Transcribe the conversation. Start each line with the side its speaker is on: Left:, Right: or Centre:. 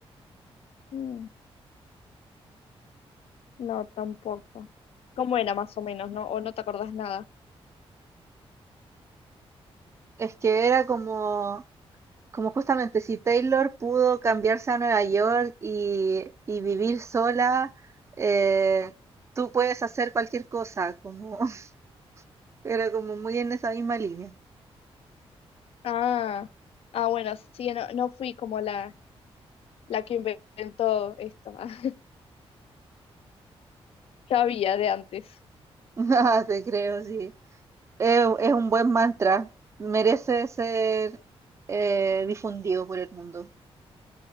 Left: Mm, no, tampoco. ¿Cómo era más o menos, no? ¿O no te acordás nada?
Right: Es que era como, como justamente si Taylor pudo cambiarse a Nueva York y, y vivir sola, eh, tú puedes hacer cualquier cosa. Como, <laughs> era como muy en esa misma línea.
Left: Ah, ah, bueno, sí, no, no fui como la, la que inventó esto. <laughs> Ya había de antes.
Right: <laughs> Ah, te creo, sí. Es, es un buen mantra, merece ser eh, difundido por el mundo.